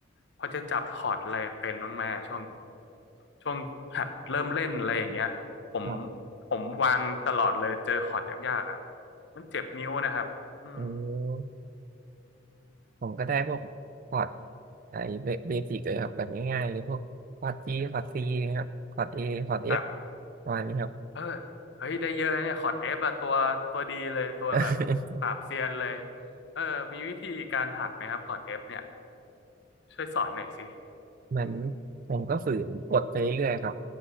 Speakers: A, on the left; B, on the right.
A: พอจะจับคอร์ดอะไรเป็นบ้างไหมช่วงช่วงหัดเริ่มเล่นอะไรอย่างเงี้ยผม
B: ครับ
A: ผมวางตลอดเลยเจอคอร์ดยากๆอ่ะมันเจ็บนิ้วนะครับ อืม
B: อืมผมก็ได้พวกคอร์ดไอ้เบสิกเลยครับแบบง่ายๆเลยพวกคอร์ดจีคอร์ดซีครับคอร์ดเอคอร์ดเอ
A: แบบ
B: ประมาณนี้ครับ
A: เออเฮ้ย ได้เยอะนะเนี่ยคอร์ดเอฟอะตัวตัวดีเลยตัวแบบปราบเซียนเลย
B: <laughs>
A: เออมีวิธีการหัดไหมครับคอร์ดเอฟเนี่ยช่วยสอนหน่อยสิ
B: เหมือน
A: อืม
B: ผมก็ฝืนกดไปเรื่อยๆครับ